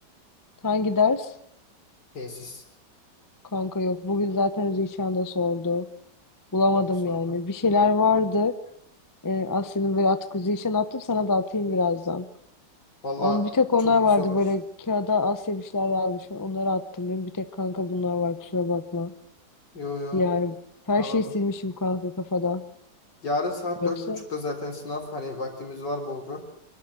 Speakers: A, on the left; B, on the left.
A: Hangi ders?
B: Tesis
A: Kanka yok. Bugün zaten Zişan da sordu. Bulamadım
B: adamı sordu.
A: yani. Bir şeyler vardı. Ee, Asya'nın böyle atık Zişan attım sana da atayım birazdan.
B: Valla
A: Onu bir tek onlar
B: çok güzel
A: vardı
B: olur.
A: böyle kağıda Asya bir şeyler yazmış. Onları attım. Benim bir tek kanka bunlar var kusura bakma.
B: Yo yo
A: Yani her
B: anladım.
A: şeyi silmişim kanka kafada.
B: Yarın saat
A: Yoksa
B: dört buçukta zaten sınav hani vaktimiz var bolca.